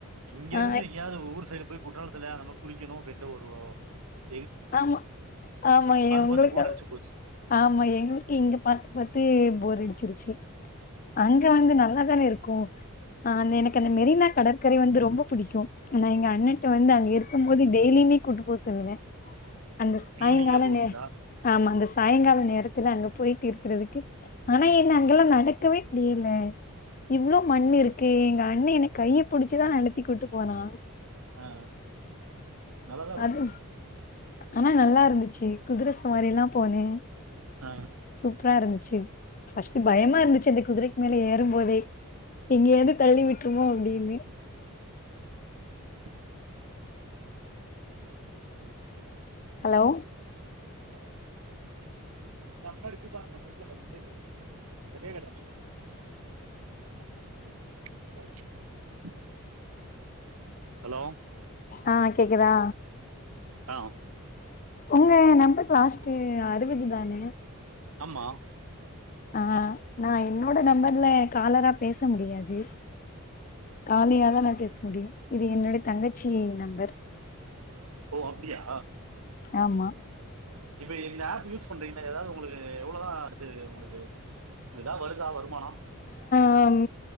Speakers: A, on the right (about 80°); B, on the left (about 35°).
A: இங்க
B: ஆ
A: இருந்து எங்கயாவ்து ஊர் சைடு போய் குற்றாலத்துல அந்த குளிக்கணு அப்டின்ட்டு <unintelligible>
B: ஆமா ஆமா எ உங்குளுக்கு
A: பார்த்து போர்
B: அ
A: அடிச்சு போச்சு.
B: ஆமா எங்ளுக் இங்க பாத்து பாத்து போர் அடி திருச்சி அங்க வந்து
A: ம்.
B: நல்லாதான இருக்கூ ஆ அந்த எனக் அந்த மெரினா கடற்கரை வந்து ரொம்ப புடிக்கு ஆனா எங்க அண்ணட்ட வந்து அங்க இருக்கும் போது டெய்லியுமே கூட்டு போக சொல்லுவே அந்த சாய்ங்கால
A: ஈவினிங்ல போவீங்களா?
B: நே ஆமாங்க அந்த சாய்ங்கால நேரத் த்துல அங்க போயிட்டு இருக்கிறதுக்கு ஆனா என்ன அங்கெல்லா நடக்கவே முடியில இவ்ளோ மண்ணு இருக்கு எங்க அண்ணெ என்ன கைய புடிச்சி தா நடத்தி கூட்டு போனா
A: அ நல்லாதா இருக்கு
B: அது ஆனா நல்லா இருந்துச்சி குதர ச வாரில்லா போனே
A: ஆ.
B: சூப்பரா இருந்துச்சு பஸ்ட் பயமா இருந்துச்சு அப்டி குதரைக்கு மேல ஏறுபோதே எங்கெது தள்ளி விட்டுருமோ அப்டின்னு
A: பயமா இருத்துச்சா
B: ஹலோ
A: <unintelligible> <unintelligible> உக்காருங்க ஹலோ
B: அ கேக்குதா
A: அ
B: உங்க நம்பர் லாஸ்ட் அறுவது தான
A: ஆமா
B: அ நா என்னோட நம்பர்ல காலராப் பேச முடியாது காலியாதா நா பேச முடியு இது என்னோட தங்கச்சி நம்பர்
A: ஓ அப்டியா
B: ஆமா
A: இப்ப இந்த ஆப் யூஸ் பண்றீங்ள எதாவ்து உங்குளுக்கு எவ்லோ தா இது உங்களுக் இதுதா வருதா வருமானோ
B: அங்